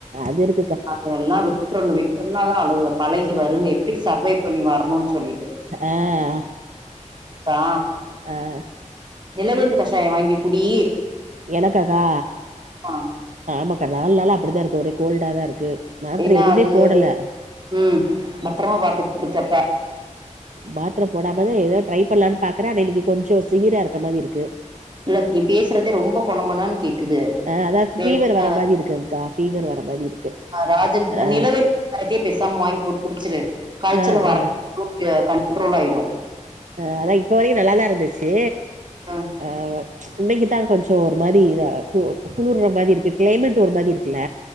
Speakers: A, on the right; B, on the right.
A: அது இருக்குக்கா
B: அதல்லா விட்றனும் விட்டம்னா தான் அழுக பழகி வருங்க எப்டி சர்வைவ் பண்ணி வரணும்னு சொல்லிட்டு
A: ஆ
B: கா
A: அஹ்
B: நிலவேம்பு கஷாயம் வாங்கி குடி
A: எனக்காக்கா
B: ஆ
A: ஆமாக்கா நாலு நாளா அப்டிதா இருக்கு ஒரே கோல்டா தா இருக்கு மாத்திர
B: ஏன்னா
A: எதுவுமே
B: அது
A: போடல
B: உம் பத்திரமா பாத்துட்டுருக்கப்ப
A: மாத்திர போடாமத எதா ட்ரை பண்ணலான்னு பாக்கற ஆனா இன்னைக்கு கொஞ்சோ சிவியரா இருக்க மாறி இருக்கு
B: இல்ல நீ பேசுறதே ரொம்ப கொன்ங்கொனனு கேக் குது
A: ஆ அதா
B: வேன்னா
A: ஃபீவர் வர மாரி இருக்குங்க்கா ஃபீவர் வர மாரி இருக்கு
B: ராஜன்
A: ஆ
B: நிலவே த்தே பேசாம வாங்கி போட்டு‌ குடிச்சுரு காய்ச்சலும்
A: ஆ
B: வராம
A: ஆ
B: த்ரோட்டு கண்ட்ரோல் ஆயிடும்
A: அஹ் அதா இப்ப வரைக்கு நல்லாதா இருந்துச்சு
B: ம்
A: ஆஹ் இன்னைக்குதா கொஞ்சோ ஒரு மாதிரி இதா கு குளிர்ற மாதி இருக்கு க்ளைமேட் ஒரு மாதி இருக்குல